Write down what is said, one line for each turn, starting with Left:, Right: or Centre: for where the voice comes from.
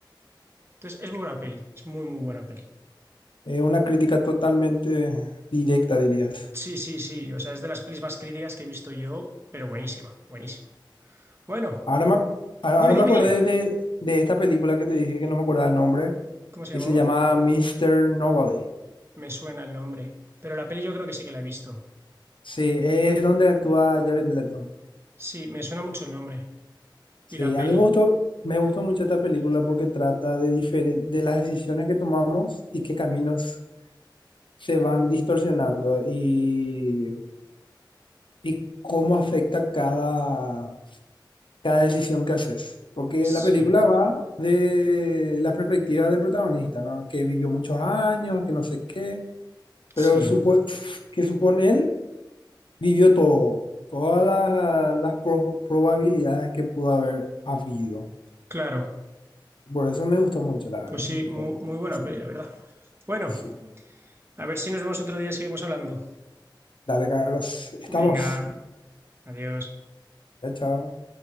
Right: Entonces, es muy buena peli, es muy, muy buena peli.
Left: Es una crítica totalmente directa, dirías.
Right: Sí, sí, sí, o sea, es de las pelis más críticas que he visto yo, pero buenísima, buenísima. Bueno,
Left: Ahora me, ac- ahora
Right: dime,
Left: me
Right: dime,
Left: acordé
Right: dime,
Left: de, de esta película que te dije que no me acordaba el nombre
Right: ¿cómo se
Left: y
Right: llamaba?
Left: se llama Mister Nobody.
Right: Me suena el nombre, pero la peli yo creo que sí que la he visto.
Left: Sí, es donde actúa Jared Leto.
Right: Sí, me suena mucho el nombre
Left: Sí,
Right: y la peli.
Left: a mí me gustó, me gustó mucho esta película porque trata de, diferen- de las decisiones que tomamos y qué caminos se van distorsionando y, y cómo afecta cada, cada decisión que haces. Porque
Right: Sí,
Left: la película va de la perspectiva del protagonista, ¿no? Que vivió muchos años, que no sé qué, pero
Right: sí,
Left: supo- que supone él vivió todo, todas la- las, pro- probabilidades que pudo haber habido.
Right: claro.
Left: Por eso me gustó mucho, la verdad
Right: Pues
Left: que
Right: sí,
Left: sí
Right: muy,
Left: fue
Right: muy
Left: interesante.
Right: buena peli, la verdad. Bueno,
Left: Sí.
Right: a ver si nos vemos otro día y seguimos hablando.
Left: Dale, Carlos, estamos.
Right: Venga, adiós.
Left: Ya, chao.